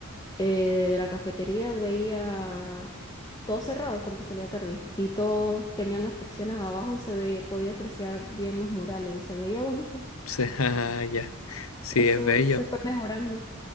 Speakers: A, on the left; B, on the left.
A: eh, de la cafetería veía todo cerrado porque salía tarde y todos tenían las persianas abajo y se veía, podía apreciar bien los murales y se veía bonito.
B: Sí, <laughs> ah, ya. Sí,
A: Eso
B: es bello.
A: se fue mejorando.